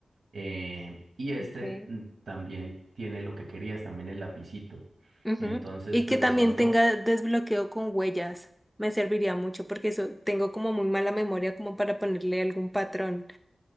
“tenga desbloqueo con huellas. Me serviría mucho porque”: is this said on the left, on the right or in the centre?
Centre